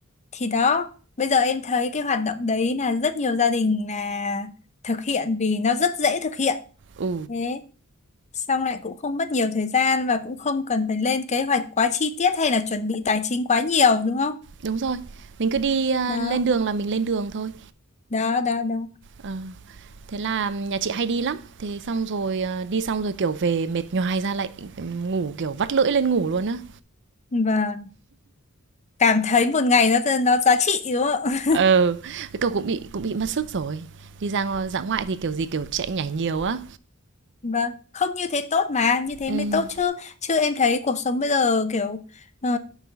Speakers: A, on the left; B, on the right.
A: thì đó, bây giờ em thấy cái hoạt động đấy là rất nhiều gia đình là thực hiện vì nó rất dễ thực hiện.
B: ừ
A: Thế, xong lại cũng không mất nhiều thời gian và cũng không cần phải lên kế hoạch quá chi tiết hay là chuẩn bị tài chính quá nhiều đúng không?
B: đúng rồi mình cứ đi ờ,
A: Đó,
B: lên đường là mình lên đường thôi
A: đó, đó, đó.
B: Ờ, thế là nhà chị hay đi lắm thế xong rồi ờ, đi xong rồi kiểu về mệt nhoài ra lại ngủ kiểu vắt lưỡi lên ngủ luôn á
A: Và cảm thấy một ngày nó nó giá trị đúng không?
B: Ừ, cái cậu cũng bị cũng bị mất sức rồi. Đi ra ngo dã ngoại thì kiểu gì kiểu chạy nhảy nhiều á.
A: Vâng, không như thế tốt mà, như thế
B: Ừm,
A: mới tốt chứ. Chứ em thấy cuộc sống bây giờ kiểu ờ,